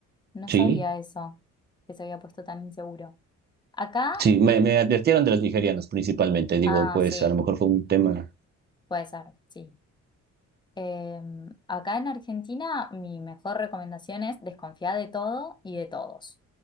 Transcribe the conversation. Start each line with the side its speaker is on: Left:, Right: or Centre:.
Left: No
Right: Sí,
Left: sabía eso, que se había puesto tan inseguro. Acá,
Right: sí, me, me advirtieron de los nigerianos principalmente. Digo,
Left: ah,
Right: pues
Left: sí,
Right: a lo mejor fue un tema.
Left: puede ser, sí. Em, acá en Argentina, mi mejor recomendación es desconfiar de todo y de todos.